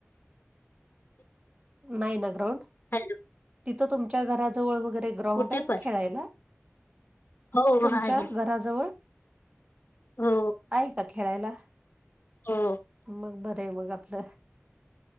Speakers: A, on the right; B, on the left.
A: नायना ग्रउंड
B: हॅलो
A: तिथं तुमच्या घराजवळ वगैरे ग्राउंड
B: कुठे
A: आहे
B: पण
A: खेळायला
B: हो
A: तुमच्या
B: आहे
A: घराजवळ
B: हो
A: आहे का खेळायला
B: हो
A: मग बरं आहे मग आपलं